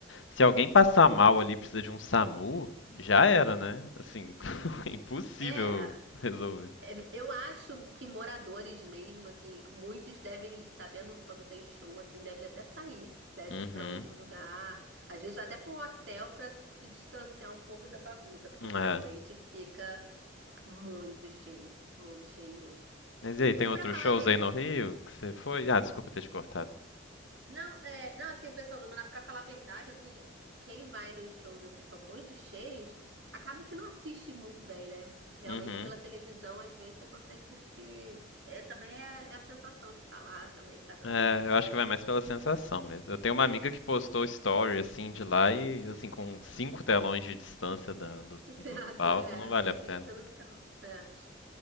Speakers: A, on the left; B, on the right.
A: Se alguém passar mal ali e precisa de um SAMU, já era, né? Assim, <laughs> impossível
B: É,
A: resolver.
B: é, eu acho que moradores mesmo, assim, muitos devem, sabendo quando tem show, assim, devem até sair, deve
A: Uhum.
B: ir para outro lugar, às vezes até para um hotel para se distanciar um pouco da bagunça, porque
A: É.
B: realmente fica muito cheio, muito cheio mesmo.
A: Mas e aí, tem
B: E
A: outros
B: para falar
A: shows
B: a
A: aí no Rio que você foi? Ah, desculpa ter te cortado.
B: Não, é, não, assim, pensando, na- pra falar a verdade, assim, quem vai nos shows, assim, que são muito cheios, acaba que não assiste muito bem, né? Realmente,
A: Uhum.
B: pela televisão, às vezes, você consegue curtir. É, também é, é a sensação de estar lá, também, cada
A: É,
B: um.
A: eu acho que vai mais pela sensação mesmo. Eu tenho uma amiga que postou story assim de lá e assim com cinco telões de distância da- do,
B: <laughs> Certo,
A: do palco,
B: é,
A: não vale
B: você assiste
A: a pena.
B: pelo telão. É.